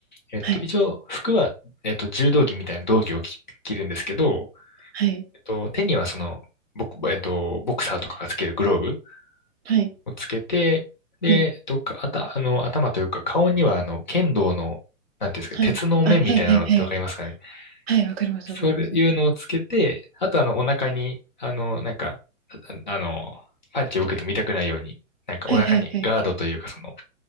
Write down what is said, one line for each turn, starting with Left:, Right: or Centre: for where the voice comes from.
Left: えっと、
Right: はい
Left: 一応、服は、えっと、柔道着みたいな道着を着、着るんですけど、
Right: はい
Left: えっと、手にはその、ボク、えっと、ボクサーとかがつけるグローブ
Right: はい
Left: をつけて、で、
Right: はい
Left: えっと、かあた、あの、頭というか、顔には、あの、剣道の、なんていうんですか、
Right: はい。
Left: 鉄の面みたいなのってわかりますかね。
Right: あ、はいはいはい。はい、わかりますわかります。
Left: そういうのをつけて、あと、あの、お腹に、あの、なんか、ああの、パンチを受けても痛くないように、なんかお腹にガードというか、
Right: はいはいはい。
Left: その、